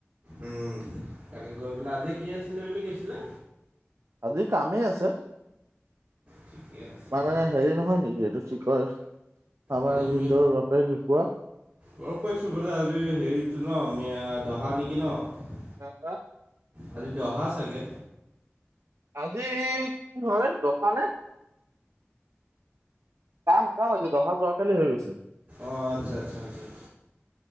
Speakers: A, on the right; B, on the right.
A: উমঁ' তাকে গৈ পেলাই, আজি কি আছিলে বুলি কৈছিলে?
B: আজি কামেই আছে।
A: ঠিকে আছে।
B: মানে
A: বাৰু।
B: সেৰি নহয় নেকি এইটো কি কয়- আমাৰ
A: আজি
B: ভিন্দৰ
A: মি
B: বাপেক ঢুকোৱা।
A: গম পাইছোঁ মানে আজি সেৰিটো ন' মা দহা নেকি ন'?
B: <unintelligible>
A: আজি দহা চাগে।
B: আজি কি হয় <unintelligible> কাম কাম আজি, দহা যোৱাকালি হৈ গৈছে।
A: অঁ' আচ্ছা-আচ্ছা-আচ্ছা',